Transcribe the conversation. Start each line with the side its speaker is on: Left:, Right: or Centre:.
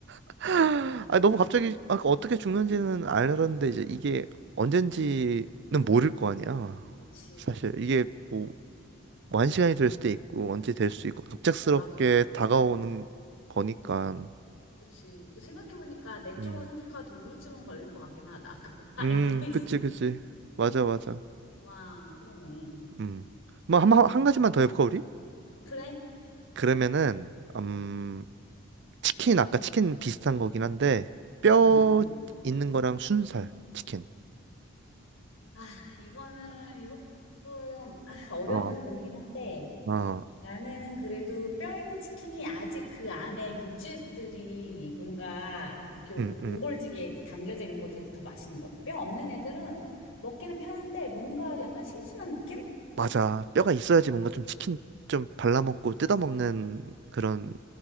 Right: <laughs>
Left: 어.
Right: 아, 너무 갑자기 아, 그
Left: 음.
Right: 어떻게 죽는지는 알았는데 이제 이게 언젠지는 모를 거 아니야.
Left: 그치.
Right: 사실 이게 뭐 완시간이 될 수도 있고 언제 될 수 있고 갑작스럽게
Left: 맞아.
Right: 다가오는 거니까.
Left: 그치. 또 생각해보니까 내
Right: 음.
Left: 쪽으로 선택하도 우울증은 걸릴 것 같긴 하다. <laughs> 그거 알수
Right: 음,
Left: 있어.
Right: 그치, 그치. 맞아, 맞아.
Left: 와, 그러네.
Right: 음. 뭐 한, 한 가지만 더 해볼까 우리?
Left: 그래?
Right: 그러면은 음 치킨, 아까 치킨 비슷한 거긴 한데, 뼈
Left: 음.
Right: 있는 거랑 순살, 치킨.
Left: 아, 이거는, 이것도 조금, 아, 어려운
Right: 어,
Left: 부분이긴 한데,
Right: 어,
Left: 나는 그래도 뼈 있는 치킨이 아직 그 안에 육즙들이 뭔가 이렇게
Right: 응,
Left: 옹골지게
Right: 응.
Left: 담겨져 있는 것에 대해서 더 맛있는 것 같아. 뼈 없는 애들은 먹기는 편한데 뭔가 약간 심심한 느낌?
Right: 맞아. 뼈가 있어야지 뭔가 좀 치킨 좀 발라먹고 뜯어먹는 그런